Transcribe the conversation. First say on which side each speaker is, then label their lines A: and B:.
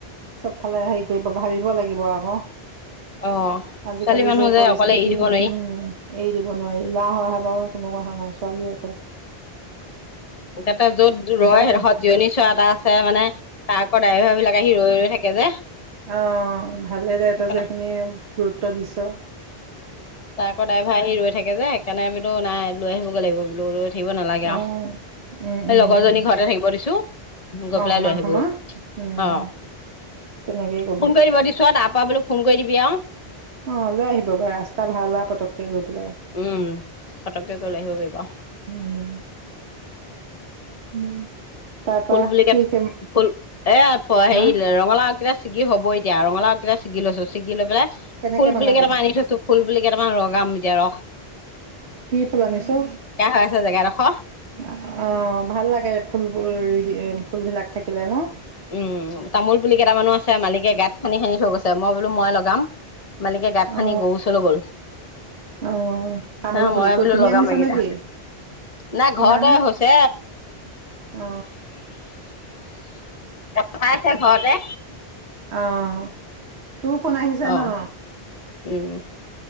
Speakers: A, on the right (about 85°); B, on the left (about 35°).
A: চবফালে হেৰি কৰিব ভাবিব লাগিব আকৌ
B: অ
A: আজিকালি
B: ছোৱালী মানুহ
A: যে পৰিস্থিতি
B: অকলে এৰি দিব
A: উম
B: নোৱাৰি
A: এৰি দিব নোৱাৰি লাহ সহায় বাাৰু কোনো কহথা নাইছিল পানীয়ে কক
B: এটা য'ত ৰয়
A: এটা
B: তত জিৰণি চোৱা এটা আছে মানে ত আকৌ ডাইভ বিলাকে হিৰ ৰৈ ৰৈ থাকে যে,
A: আহ ভালেই দে
B: সেইকাৰণে
A: তই যেখিনিয়ে গুৰুত্ব দিছ,
B: ত আকৌ ডাইভাই আহি ৰৈ থাকে যে, সকাৰে বলো নাই লৈ আহিবগৈ লিব বোলো। থাকিব নালাগে
A: অ
B: আৰু স
A: উম উম
B: লগৰজনী ঘৰতে থাকিব দিছো গৈ
A: অ
B: পেলাই
A: অকমান
B: লৈ আহিব
A: সময়
B: অ
A: উম তেনেকেই কবি
B: ফোন কৰি দিব দিছো তাৰ পৰা বোলো। ফোন কৰিবি।
A: অ লৈ আহিব ৰাস্তা ভাল হ পটকে গৈ, পেলাই
B: উম সতককৈ কৰি লৈ আহিব পাৰিব।
A: উম উম তাৰপা
B: ফুল বুলিুল ক
A: কি কেম
B: ফুল এ হেৰি
A: হা
B: ৰঙালাও কেইটা, ছি হ'ব এতিয়া ৰঙালাওকেই চি লৈ ছি পেলাই
A: কেনেকে
B: ফুল
A: বনাবি
B: বুলি কেইটামান আনি থৈছো ফুল বুলি কেইটামান ৰাম এতিয়া ৰ,
A: কি ফুল আনিছো
B: হৈ আছে জেগাডোখৰ
A: আহ ভাল লাগে ফুলবোৰ ৰুই ফুলবিলাক থাকিলে ন,
B: উম তামোল বুলি! কেইটা মানুহ আছে মালিকে গাত খান্দি খানি থৈ গৈছে মই বোলো মই লগাম। মালিকে গাঁত খান্দি
A: অ
B: গৰু চলৈ গল
A: অ তামোলৰ
B: হ
A: পুলি
B: মইে
A: ক
B: বোলো
A: কিনি
B: লগাম
A: আনিছ
B: এইকেইটা
A: নেকি
B: নাই
A: কিনা
B: ঘৰতে
A: নে
B: হৈছে।
A: অ
B: গ পাইছে ঘৰতে
A: আহ! তোৰ ফোন আহিছে
B: অ
A: ন,
B: উম!